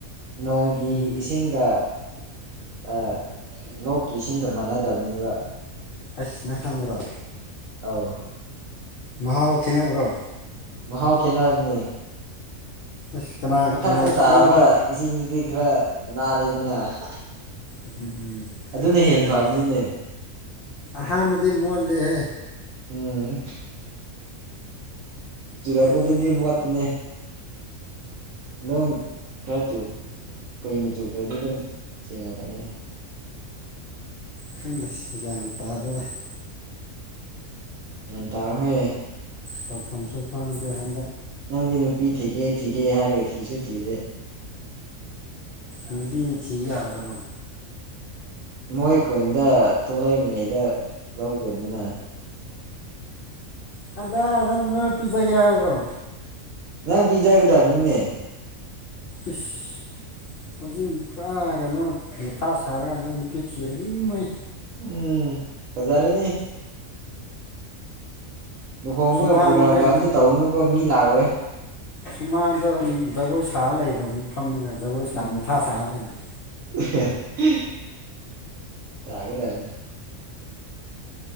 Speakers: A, on the right; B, on the left.
A: ꯅꯣꯡꯒꯤ
B: ꯎꯝ
A: ꯏꯁꯤꯡꯒ ꯑꯥ ꯂꯣꯛꯀꯤ ꯏꯁꯤꯡꯒ ꯃꯥꯟꯅꯗꯕꯅꯦꯕ
B: ꯑꯁ ꯅꯪ ꯈꯪꯕ꯭ꯔꯣ
A: ꯑꯥꯎ
B: ꯃꯍꯥꯎ ꯈꯦꯅꯕ꯭ꯔꯣ
A: ꯃꯍꯥꯎ ꯈꯦꯅꯕꯅꯦ
B: ꯑꯁ ꯀꯅꯥ
A: ꯃꯊꯛꯇ
B: ꯀꯅꯥ
A: ꯇꯥꯕ
B: ꯀꯔꯝꯕ
A: ꯏꯁꯤꯡꯗꯨꯗꯤ ꯈꯔ ꯅꯥꯜꯂꯤꯗꯅ ꯍꯥ ꯍꯥ
B: ꯎꯝ ꯎꯝ
A: ꯑꯗꯨꯅ ꯍꯦꯟ
B: ꯆꯨꯝꯃꯤ
A: ꯐꯕꯅꯤꯅꯦ
B: ꯑꯍꯥꯟꯕꯗꯤ ꯃꯣꯠꯂꯦꯍꯦ
A: ꯎꯝ ꯆꯨꯔꯛꯄꯗꯗꯤ
B: ꯊꯃꯣꯏ
A: ꯃꯣꯠꯄꯅꯦ ꯑꯗꯨꯝ ꯈꯔ ꯆꯨ ꯀꯨꯏꯅ ꯆꯨꯈ꯭ꯔꯗꯤ ꯑꯗꯨꯝ ꯁꯦꯡꯉꯛꯀꯅꯤꯗ
B: ꯈꯪꯗꯦ ꯒ꯭ꯌꯥꯟ ꯇꯗꯦꯗ
A: ꯒꯤ꯭ꯌꯥꯟ ꯇꯥꯎꯍꯦ
B: ꯇꯧꯐꯝꯁꯨ ꯈꯪꯗꯦ ꯍ
A: ꯅꯪꯗꯤ ꯅꯨꯄꯤ ꯊꯤꯒꯦ ꯊꯤꯒꯦ ꯍꯥꯏꯔꯒ ꯊꯤꯁꯨ ꯊꯤꯗꯦ
B: ꯅꯨꯄꯤ ꯊꯤꯌꯥꯕ꯭ꯔꯕ
A: ꯃꯣꯏ ꯈꯨꯟꯗ ꯊꯣꯛꯂꯛꯏꯉꯩꯗ ꯂꯧꯒ꯭ꯔꯣꯗꯅ
B: ꯀꯗꯥꯏꯗꯩꯅꯣ ꯅꯣꯏ ꯄꯤꯖꯒꯦ ꯍꯥꯏꯕ꯭ꯔꯣ
A: ꯅꯪ ꯄꯤꯖꯥꯒꯗꯝꯅꯤꯅꯦ
B: ꯏꯁ ꯍꯧꯖꯤꯛ ꯄꯨꯔꯥ ꯀꯩꯅꯣ ꯃꯊꯥ ꯁꯥꯔꯤꯀꯥꯟꯗ ꯅꯨꯄꯤ ꯊꯤꯔꯗꯤ ꯏꯃꯩ
A: ꯎꯝ ꯐꯖꯔꯅꯤ ꯂꯨꯍꯣꯡꯕꯒ
B: ꯁꯨꯃꯥꯡꯗ
A: ꯄ꯭ꯔꯣꯒ꯭ꯔꯥꯝꯒ ꯑꯝꯇ ꯇꯧꯒꯅꯨꯀꯣ ꯃꯤ ꯂꯥꯛꯑꯣꯏ
B: ꯁꯨꯃꯥꯡꯗ ꯖꯒꯣꯏ ꯁꯥ ꯂꯩꯔꯕꯅꯤ ꯐꯝꯃꯒ ꯖꯒꯣꯏ
A: ꯎꯝ
B: ꯁꯥ ꯃꯊꯥ ꯁꯥꯔ ꯂꯩꯕꯅꯤ
A: <unintelligible> ꯆꯥꯒꯗꯝꯅꯤ